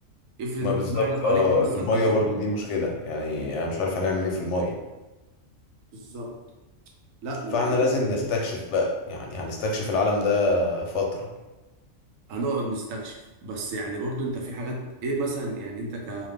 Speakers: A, on the right; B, on the left.
A: افرض
B: بالظبط
A: انت الميه اللي حواليك
B: اه
A: دي مش صالحه
B: الميه
A: للشرب
B: برضو دي مشكله يعني انا مش عارف هنعمل ايه في الميه
A: بالظبط لا وبعدين
B: فاحنا لازم
A: كده
B: نستكشف بقى يعني هنستكشف العالم ده فتره
A: هنقعد نستكشف بس يعني برضو انت في حاجات ايه مثلا يعني انت ك